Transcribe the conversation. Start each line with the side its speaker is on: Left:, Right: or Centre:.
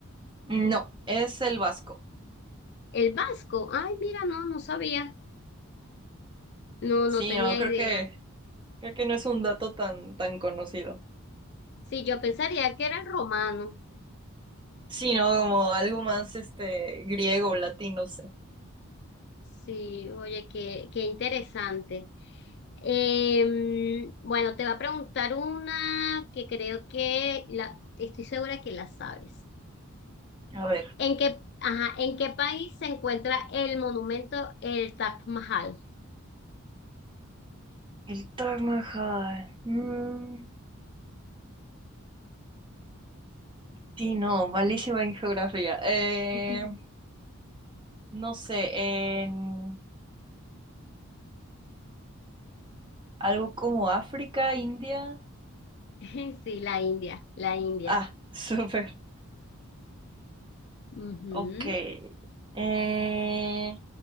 Right: No, es el vasco.
Left: el vasco. Ay, mira, no, no sabía. No,
Right: Sí,
Left: no tenía
Right: no, creo
Left: idea.
Right: que, creo que no es un dato tan, tan conocido.
Left: Sí, yo pensaría que era el romano.
Right: Sí, ¿no? Como algo más este griego, latino, no sé.
Left: Sí, oye, qué, qué interesante. Em, bueno, te va a preguntar una que creo que la, estoy segura que la sabes.
Right: A ver,
Left: ¿En qué, ajá, en qué país se encuentra el monumento el Taj Mahal?
Right: el Taj Mahal. Mm, sí, no, malísima en geografía. Eh,
Left: Ujú.
Right: no sé, en algo como África, India.
Left: <laughs> Sí, la India, la India.
Right: Ah, <laughs> súper.
Left: Ujú.
Right: Ok. Eh,